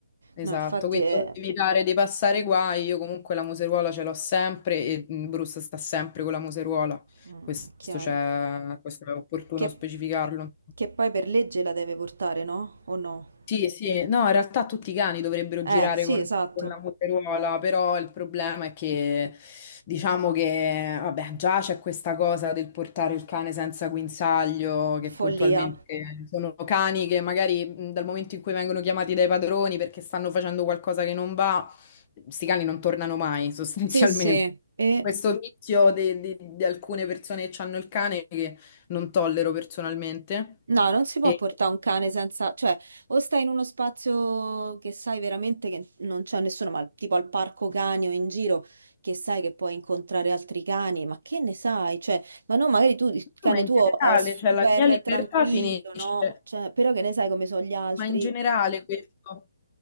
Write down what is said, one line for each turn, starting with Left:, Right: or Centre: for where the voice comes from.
Left: Esatto,
Right: No, infatti
Left: quindi
Right: è
Left: per evitare di passare guai, io comunque la museruola ce l'ho sempre e mm, Bruce sta sempre con la museruola,
Right: mm,
Left: questo,
Right: chiaro.
Left: c'è, questo è opportuno
Right: Che,
Left: specificarlo.
Right: che poi per legge la deve portare, no? O no?
Left: Sì, sì, no, in realtà tutti i cani dovrebbero
Right: Eh,
Left: girare
Right: sì,
Left: con,
Right: esatto.
Left: con la muteruola, però il problema è che diciamo che, vabbè, già c'è questa cosa del portare il cane senza guinzaglio, che puntualmente
Right: Follia.
Left: sono cani che magari mh, dal momento in cui vengono chiamati dai padroni perché stanno facendo qualcosa che non va, questi cani non tornano mai, <laughs> sostanzialmente.
Right: Sì, sì, e
Left: Questo vizio di, di- di alcune persone che hanno il cane che non tollero personalmente.
Right: no, non si può
Left: E-
Right: portare un cane senza, cioè, o stai in uno spazio che sai veramente che non c'è nessuno, ma tipo al parco cani o in giro, che sai che puoi incontrare altri cani, ma che ne sai? Cioè, ma no, magari tu, il cane
Left: No, ma in
Right: tuo
Left: generale,
Right: è super
Left: cioè la mia libertà
Right: tranquillo,
Left: finisce,
Right: no? Cioè, però che ne sai come sono gli altri?
Left: ma in generale questo.